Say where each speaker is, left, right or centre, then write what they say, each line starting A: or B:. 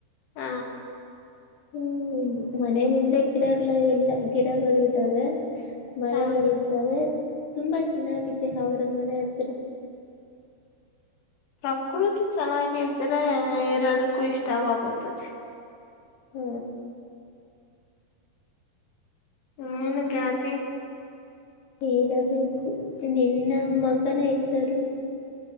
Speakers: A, on the left; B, on the left.
A: ಹ
B: ಹ್ಮ್ ಮನೆ ಮುಂದೆ ಗಿಡಗಳ ಎಲ್ಲ ಗಿಡಗಳು ಇದ್ದಾವೆ ಮರಗಳಿದ್ದಾವೆ
A: ಹ
B: ತುಂಬಾ ಚೆನ್ನಾಗಿದೆ ಅವರ ಮನೆ ಹತ್ರ
A: ಪ್ರಕೃತಿ ಚೆನ್ನಾಗಿದ್ರೆ ಇರೋದಕ್ಕೂ ಇಷ್ಟವಾಗುತ್ತದೆ
B: ಹ್ಮ
A: ಹ್ಮ್ ನೀನು ಗೆಳತಿ
B: ಹೇಳಬೇಕು ನಿನ್ನ ಮಗನ ಹೆಸರು